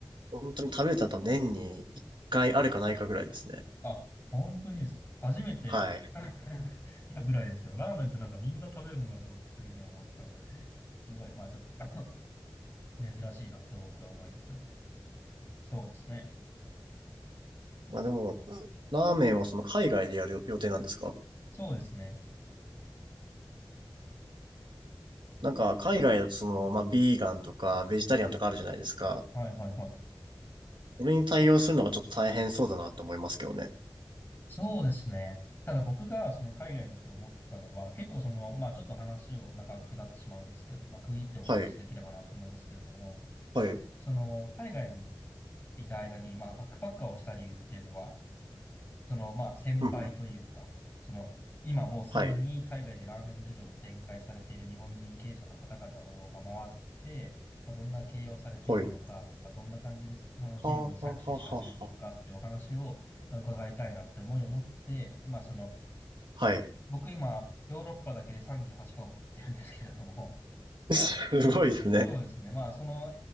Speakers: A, on the right; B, on the left.
A: 本当に食べれたと年に一回あるかないかぐらいですね。
B: あ、本当にですか初めて
A: はい。
B: <laughs> いたぐらいですけど、ラーメンってなんかみんな食べるものだと僕的には思ってたので、すごい、まあちょっと <laughs> 珍しいなと僕は思いつつ。そうですね。
A: まあでも、ラーメンはその海外でやる予定なんですか
B: そうですね。
A: なんか、海外だとその、まあ、ビーガンとか、ベジタリアンとかあるじゃないですか。
B: はいはいはい。
A: それに対応するのがちょっと大変そうだなって思いますけどね。
B: そうですね。ただ僕がその海外に行って思ったのは、結構その、まあちょっと話を長くなってしまうんですけれど、まあ区切ってお話しできればなと思うんですけれども、
A: はい。はい。
B: その海外にいた間に、まあバックパッカーをした理由っていうのは、その、まあ、先輩というか、
A: ふんふん
B: その、今もうすでに海外でラーメン事業を展開されている日本人経営者の方々を、
A: はい。
B: まあ、回って、まあ、どんな経営をされているのかとか、
A: はい。
B: どんな感じでその事業に着手し始めたのかっていうお話を、
A: はあ、はあ、はあ、はあは
B: まあ、伺いたいなって思いを持って、まあ、その、
A: あ。はい。
B: 僕今、ヨーロッパだけで38カ国行ってるんですけれども、
A: <laughs> すごいですね。
B: そうですね。まあ、その、